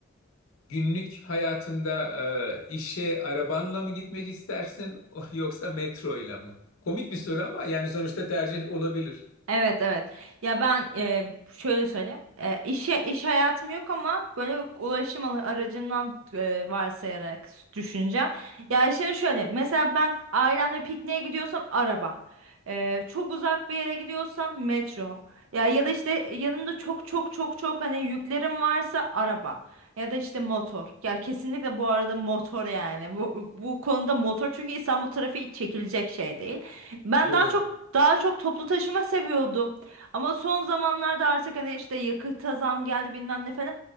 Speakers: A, on the left; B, on the right.
A: Günlük hayatında e, işe arabanla mı gitmek istersin <laughs> o- yoksa metro ile mi? Komik bir soru ama yani sonuçta tercih olabilir.
B: Evet evet. Ya ben e, şöyle söyleyeyim. E, işe iş hayatım yok ama böyle ulaşım alı- aracından e, varsayarak düşüneceğim. Ya şimdi şöyle mesela ben ailemle pikniğe gidiyorsam araba. E, çok uzak bir yere gidiyorsam metro. Ya ya da işte yanımda çok çok çok çok hani yüklerim varsa araba ya da işte motor. Ya kesinlikle bu arada motor yani. Bu bu konuda motor çünkü İstanbul trafiği çekilecek şey değil. Ben
A: Doğru.
B: daha çok daha çok toplu taşıma seviyordum. Ama son zamanlarda artık hani işte yakıta zam geldi bilmem ne falan.